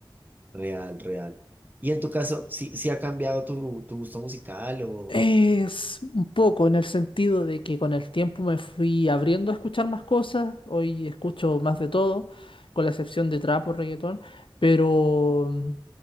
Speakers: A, on the right (about 20°); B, on the left (about 75°).
A: Real, real. Y en tu caso, ¿sí, sí ha cambiado tu, tu gusto musical o...?
B: Es un poco en el sentido de que con el tiempo me fui abriendo a escuchar más cosas, hoy escucho más de todo, con la excepción de trap o reggaetón, pero mm,